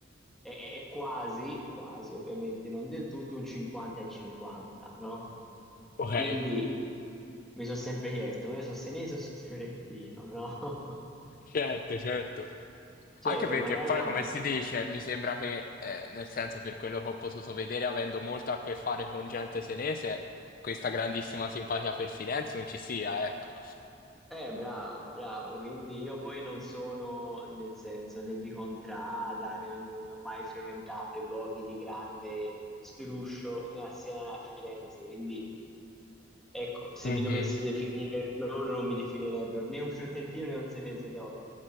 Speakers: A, in the centre; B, on the left.
A: è, è quasi, quasi ovviamente non del tutto, un 50 e 50, no?
B: ok.
A: Quindi mi sono sempre chiesto, ma io sono senese o sono fiorentino, no? <laughs>
B: Certo, certo.
A: Cioè
B: Anche
A: che
B: perché
A: magari
B: poi,
A: è una...
B: come
A: ba-
B: si dice, mi sembra che, eh, nel senso, per quello che ho potuto vedere, avendo molto a che fare con gente senese, questa grandissima simpatia per Firenze non ci sia, ecco.
A: Eh, bravo, bravo, quindi io poi non sono, nel senso, né di Contrada, né, non ho mai frequentato i luoghi di grande struscio né a Siena né a Firenze, quindi Ecco, se
B: Mhm.
A: mi dovessero definire loro non mi definirebbero né un fiorentino né un senese dopo,